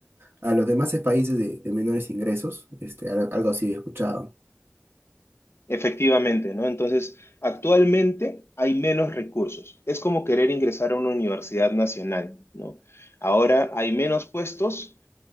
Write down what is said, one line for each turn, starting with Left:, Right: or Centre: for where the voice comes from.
Right: a los demás países de, de menores ingresos. Este, al- algo así he escuchado.
Left: Efectivamente, ¿no? Entonces, actualmente hay menos recursos. Es como querer ingresar a una universidad nacional, ¿no? Ahora hay menos puestos